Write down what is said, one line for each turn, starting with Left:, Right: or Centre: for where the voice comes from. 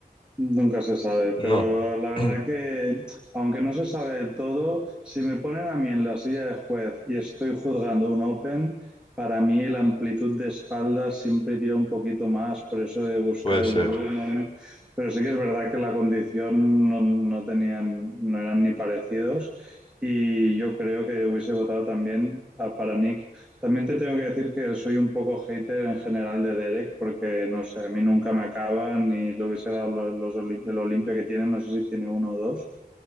Centre: Nunca se sabe,
Left: no,
Centre: pero la verdad
Left: <clears throat>
Centre: que, aunque no se sabe todo, si me ponen a mí en la silla de juez y estoy juzgando un Open, para mí la amplitud de espalda siempre tira un poquito más, por eso de buscar
Left: puede
Centre: el
Left: ser.
Centre: volumen. Pero sí que es verdad que la condición no, no tenían, no eran ni parecidos. Y yo creo que hubiese votado también a, para Nick también te tengo que decir que soy un poco hater en general de Derek, porque no sé, a mí nunca me acaba, ni lo hubiese dado lo- los, Olim- el Olimpia que tiene, no sé si tiene uno o dos,